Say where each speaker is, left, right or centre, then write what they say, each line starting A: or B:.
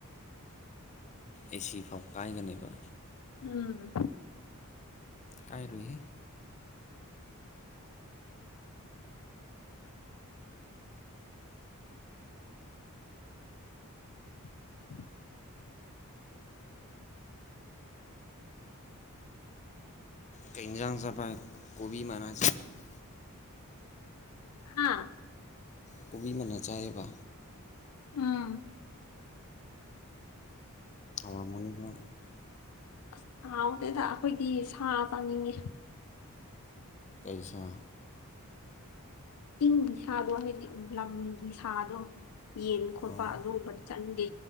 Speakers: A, on the left; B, on the left.
A: ꯑꯦꯁꯤ ꯐꯥꯎ ꯀꯥꯏꯒꯅꯦꯕ
B: ꯎꯝ
A: ꯀꯥꯏꯔꯣꯢꯍꯦ
B: <unintelligible>
A: ꯀꯩꯪ ꯌꯦꯟꯖꯥꯡ ꯆꯥꯒꯦ <inaudible> ꯀꯣꯕꯤꯤ ꯃꯅ
B: ꯍꯥꯥ
A: ꯀꯣꯕꯤ ꯃꯅꯥ ꯆꯥꯏꯌꯦꯕ
B: ꯑꯝ
A: ꯍꯥꯎꯔꯝꯒꯅꯤꯀꯣ
B: ꯑꯁ ꯍꯥꯎꯗꯦꯗ ꯑꯩꯈꯣꯏꯗꯤ ꯁꯥ ꯆꯥꯅꯤꯡꯉꯦ
A: ꯄꯩꯁꯥ
B: ꯆꯤꯡꯒꯤ ꯁꯥꯗꯣ ꯍꯥꯏꯗꯤ ꯂꯝꯒꯤ ꯁꯥꯗꯣ ꯌꯦꯟ ꯈꯣꯠꯄ
A: ꯎꯝ
B: ꯑꯗꯨꯒꯨꯝꯕꯗꯤ ꯆꯪꯅꯤꯡꯗꯦ